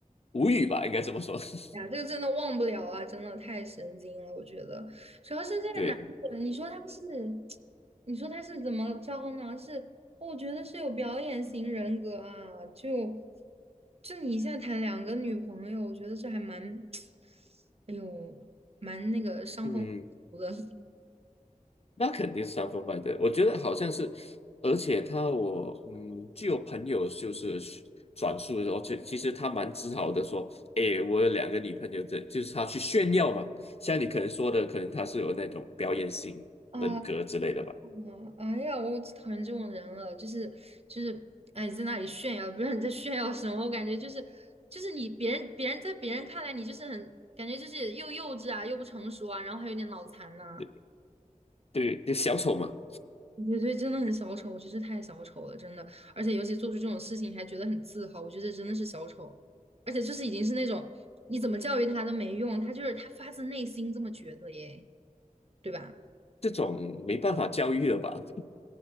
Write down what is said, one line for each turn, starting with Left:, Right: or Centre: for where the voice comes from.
Left: 无语吧，应该这么说。<laughs>
Right: 哎呀，这个真的忘不了啊，真的太神经了，我觉得。主要是这个男的，
Left: 对，
Right: 你说他是，<tsk> 你说他是怎么着呢？是，我觉得是有表演型人格啊，就就你现在谈两个女朋友，我觉得这还蛮，<tsk> 哎呦，蛮那个伤风。
Left: 嗯，
Right: 的。
Left: 那肯定是三分半的，我觉得好像是，而且他我嗯，据我朋友就是转述的时候，其其实他蛮自豪的说，诶，我有两个女朋友这就是他去炫耀嘛。像你可能说的，可能他是有那种表演型人格之类的吧，
Right: <laughs> 啊嗯，哎呀，我最讨厌这种人了，就是就是，哎，在那里炫耀，不知道你在炫耀什么，我感觉就是就是你别人别人在别人看来你就是很感觉就是又幼稚啊，又不成熟啊，然后还有点脑残呐、
Left: 对对，就小丑嘛，
Right: 我觉得对，真的很小丑，我觉得这太小丑了，真的，而且尤其做出这种事情还觉得很自豪，我觉得真的是小丑，而且就是已经是那种你怎么教育他都没用，他就是他发自内心这么觉得耶，对吧？
Left: 这种没办法教育了吧，<laughs>